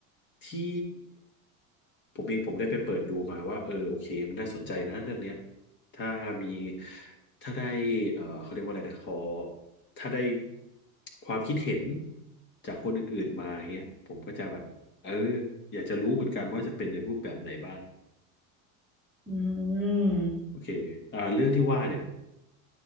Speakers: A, on the left (about 25°); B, in the centre.
A: ที่ผมเองผมได้ไปเปิดดูมาว่าเออโอเคมันน่าสนใจนะเรื่องเนี้ยถ้ามีถ้าได้เอ่อเขาเรียกว่าอะไรนะขอถ้าได้ความคิดเห็นจากคนอื่นๆมาอย่างเงี้ยผมก็จะแบบเอออยากจะรู้เหมือนกันว่าจะเป็นในรูปแบบไหนบ้าง
B: อืม
A: โอเคอ่าเรื่องที่ว่าเนี่ย